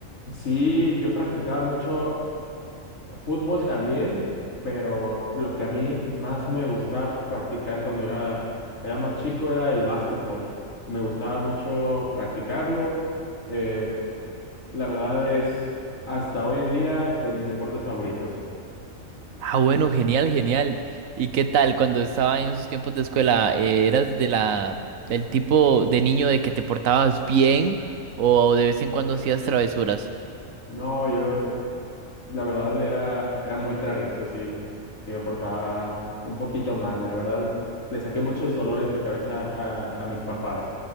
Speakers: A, on the left; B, on the right.
A: Sí, yo practicaba mucho fútbol también, pero lo que a mí más me gustaba practicar cuando era, era más chico era el básquetbol. Me gustaba mucho practicarlo. eh, La verdad es, hasta hoy en día, de mis deportes favoritos.
B: Ah, bueno, genial, genial. ¿Y qué tal cuando estaba en esos tiempos de escuela? eh, ¿Eras de la del tipo de niño de que te portabas bien o de vez en cuando hacías travesuras?
A: No, yo, la verdad, era, era muy travieso, sí, sí me portaba un poquito mal. La verdad, le saqué muchos dolores de cabeza a, a mis papás,